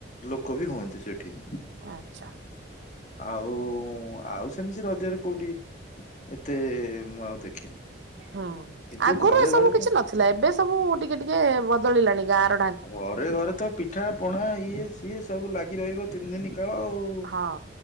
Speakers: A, on the left; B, on the right.
A: ଲୋକ ବି ହୁଅନ୍ତି ସେଠି।
B: ଆଚ୍ଛା
A: ଆଉ ଆଉ ସେମିତି ରଜରେ କୋଉଠି ଏତେ ମୁଁ ଆଉ ଦେଖିନି।
B: ହୁଁ
A: କିନ୍ତୁ
B: ଆଗରୁ
A: ଘରେ
B: ଏ ସବୁ
A: ଘରେ
B: କିଛି
A: ତ
B: ନଥିଲା ଏବେ ସବୁ ଟିକେ ଟିକେ ବଦଳିଲାଣି ଗାଁ ର
A: ଘରେ ଘରେ ତ ପିଠା ପଣା ଇଏ ସିଏ ସବୁ ଲାଗି ରହିବ ତିନି ଦିନ କାଳ ଆଉ।
B: ହଁ